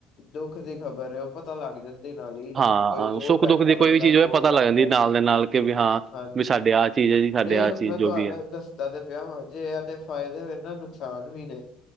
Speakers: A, on the left; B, on the right.
A: ਦੁੱਖ ਦੀ ਖ਼ਬਰ ਏ ਉਹ ਪਤਾ ਲੱਗ ਜਾਂਦੀ ਨਾਲ ਹੀ
B: ਹਾਂ
A: ਕੋਈ ਦੂਰ
B: ਸੁੱਖ
A: ਬੈਠਾ
B: ਦੁੱਖ ਦੀ ਕੋਈ
A: ਬੰਦਾ
B: ਵੀ ਚੀਜ਼ ਹੋਵੇ
A: ਕੋਲ
B: ਪਤਾ ਲੱਗ
A: ਬੈਠਾ।
B: ਜਾਂਦੀ ਨਾਲ ਦੇ ਨਾਲ ਵੀ ਹਾਂ,
A: ਹਾਂਜੀ
B: ਵੀ ਸਾਡੇ ਆਹ ਚੀਜ਼ ਹੈ ਜੀ ਸਾਡੇ
A: ਨਹੀਂ
B: ਆਹ ਚੀਜ਼
A: ਮੈਂ
B: ਜੋ
A: ਤੁਹਾਨੂੰ
B: ਵੀ ਹੈ।
A: ਦੱਸਦਾ ਤੇ ਪਿਆ ਵਾ ਜੇ ਐਦੇ ਫਾਇਦੇ ਹੈ ਨਾ ਨੁਕਸਾਨ ਵੀ ਨੇ।